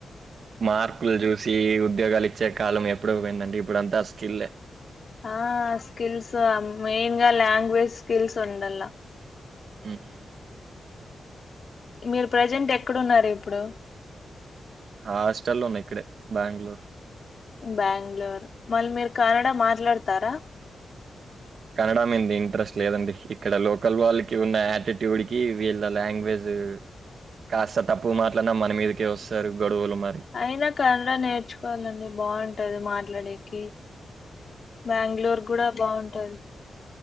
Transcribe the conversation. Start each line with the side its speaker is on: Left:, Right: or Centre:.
Right: మార్కులు చూసి ఉద్యోగాలు ఇచ్చే కాలం ఎప్పుడో పోయిందండి ఇప్పుడుంతా స్కిల్లె
Left: ఆ స్కిల్స్ మెయిన్ గా లాంగ్వేజ్ స్కిల్స్ ఉండాల
Right: మ్
Left: మీరు ప్రజెంట్ ఎక్కడున్నారు ఇప్పుడు
Right: హాస్టల్లో ఉన్నా ఇక్కడే బెంగళూరు
Left: బెంగళూరు మళ్ళీ మీరు కనడ మాట్లాడతారా
Right: కన్నడా మీద ఇంట్రెస్ట్ లేదండి ఇక్కడ లోకల్ వాళ్ళకి ఉన్న యాటిట్యూడ్ కి వీళ్ళ లాంగ్వేజ్ కాస్త తప్పుగా మాట్లడిన మన మీదకే వస్తారు గొడవలు మరి
Left: అయినా కన్నడా నేర్చుకోవాలండి బాగుంటది మాట్లాడేకి బెంగళూరు కూడా బాగుంటది